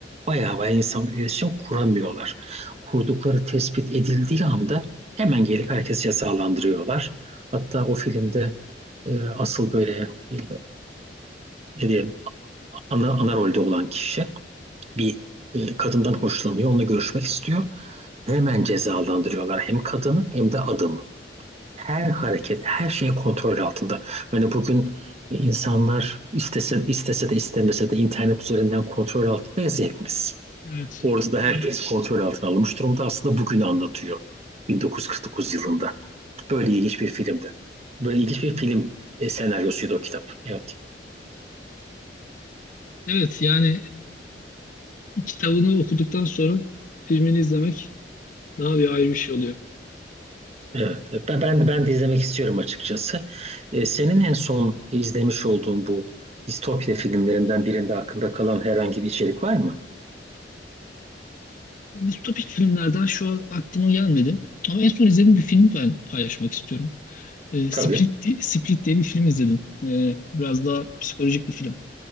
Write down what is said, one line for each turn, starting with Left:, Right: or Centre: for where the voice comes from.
Right: Bayağı bayağı insanla iletişim kuramıyorlar. Kurdukları tespit edildiği anda hemen gelip herkesi cezalandırıyorlar. Hatta o filmde e, asıl böyle e, ne diyeyim ana, ana rolde olan kişi bir e, kadından hoşlanıyor, onunla görüşmek istiyor. Hemen cezalandırıyorlar hem kadını hem de adamı. Her hareket, her şey kontrol altında. Hani bugün e, insanlar istese, istese de istemese de internet üzerinden kontrol altındayız hepimiz.
Left: evet.
Right: Orada da herkesi kontrol altına alınmış durumda. Aslında bugünü anlatıyor. 1949 yılında. Böyle ilginç bir filmdi. Böyle ilginç bir film e, senaryosuydu o kitap. Evet.
Left: Evet yani e, kitabını okuduktan sonra filmini izlemek daha bir ayrı bir şey oluyor.
Right: Evet. Ben ben, ben de izlemek istiyorum açıkçası. E, senin en son izlemiş olduğun bu distopya filmlerinden birinde aklında kalan herhangi bir içerik var mı?
Left: Distopik filmlerden şu an aklıma gelmedi. Ama en son izlediğim bir film ben paylaşmak istiyorum. E,
Right: Tabii.
Left: Split, di- Split diye bir film izledim. E, biraz daha psikolojik bir film.